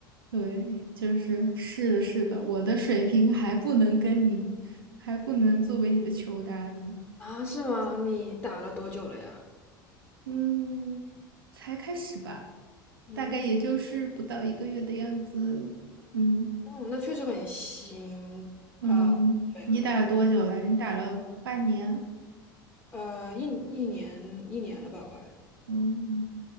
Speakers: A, on the right; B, on the left.
A: 对，就是是的，是的，我的水平还不能跟你，还不能作为你的球搭子。
B: 啊，是吗？你打了多久了呀？
A: 嗯，才开始吧，
B: 嗯。
A: 大概也就是不到一个月的样子。嗯
B: 嗯，那确实很新，
A: 嗯，
B: 呃，对，
A: 你打了多久来着？
B: 很新
A: 你打了半年。
B: 呃，一一年一年了吧，快。
A: 嗯，